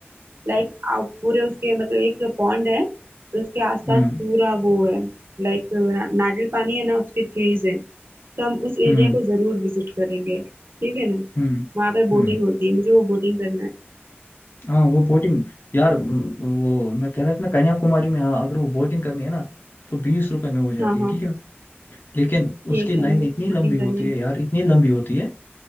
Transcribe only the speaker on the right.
लाइक पूरे उसके मतलब एक पॉन्ड है तो उसके आसपास
पूरा वो है लाइक ना, नारियल पानी है ना उसके ट्रीज है तो हम उस
एरिया को जरूर विजिट करेंगे ठीक है ना
वहाँ पे
बोटिंग होती है मुझे वो बोटिंग करना है
हाँ
हाँ
ठीक
है मुझे
बोटिंग
करनी
है